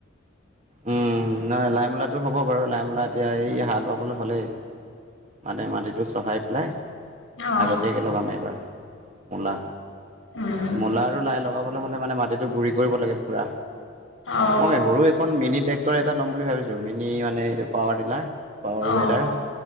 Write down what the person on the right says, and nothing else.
উম, নহয় লাই মূলাটো হ'ব বাৰু লাই মূলা এতিয়া এই হাল বাবলৈ হ'লেই। মানে, মাটিটো চহাই পেলাই,
আগতীয়াকৈ লগাম এইবাৰ মূলা,
মূলা আৰু লাই লগাবলৈ হ'লে মানে মাটিটো গুৰি কৰিব লাগে পুৰা।
মই সৰু এখন মিনি ট্ৰেক্টৰ এটা ল'ম বুলি ভাবিছো মিনি মানে <unintelligible> পাৱাৰ
ৱেডাৰ